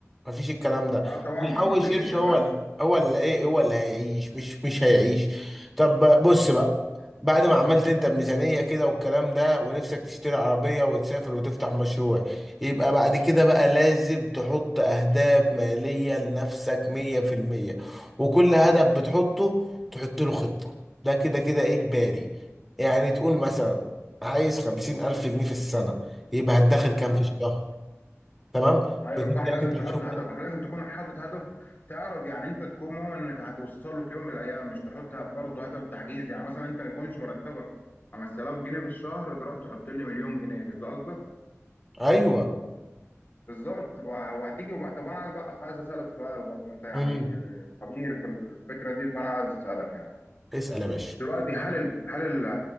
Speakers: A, in the centre; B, on the left.
A: مفيش الكلام ده
B: لا طبعا
A: اللي
B: ما
A: يحوش
B: ما فيش
A: قرش
B: يا
A: هو
B: باشا
A: ال... هو اللي ايه هو اللي هيعيش مش مش هيعيش طب بص بقى بعد ما عملت انت الميزانية كده والكلام ده ونفسك تشتري عربية وتسافر وتفتح مشروع يبقى بعد كده بقى لازم تحط اهداف مالية لنفسك مية في المية وكل هدف بتحطه تحط له خطة ده كده كده اجباري يعني تقول مثلا عايز خمسين ألف جنيه في السنة يبقى هتدخل كام
B: تمام
A: في الشهر تمام
B: ايوه
A: بتبدأ
B: صح لازم
A: أنت
B: تحط
A: تشوف
B: هدفك لازم تكون حاطط هدف تعرف يعني انت تكون مؤمن انك هتوصل له في يوم من الايام مش تحط برضه هدف تعجيزي يعني مثلا انت ما يكونش مرتبك 5000 جنيه في الشهر تروح تحط لي مليون جنيه مش ده قصدك
A: أيوه
B: بالظبط وهتيجي وبقى طب انا عايز بقى عايز اسالك سؤال برضه انت يعني
A: مم.
B: خبير في الفكره دي فانا عايز اسالك يعني
A: اسأل يا باشا
B: دلوقتي هل ال... هل ال-